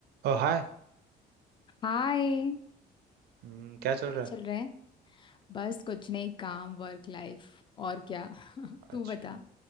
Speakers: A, on the right; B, on the left.
A: ओ हाय
B: हाय
A: हम्म, क्या चल
B: क्या
A: रहा है
B: चल रहा है बस कुछ नहीं काम वर्क लाइफ और क्या <laughs>
A: अच्छा
B: तू बता